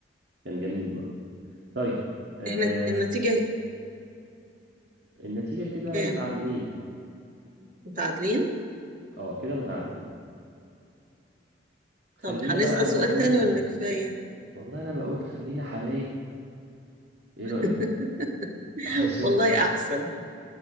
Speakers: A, on the right; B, on the right.
A: كان جميل برضه طيب آه
B: احنا النتيجة
A: النتيجة كده
B: كام
A: متعادلين
B: متعادلين
A: اه كده متعادلين خلينا
B: طب هنسأل
A: بقى أنا
B: سؤال
A: بقول
B: تاني ولا كفاية
A: والله أنا بقول خلينا حبايب إيه
B: <laughs>
A: رأيك عشان
B: والله احسن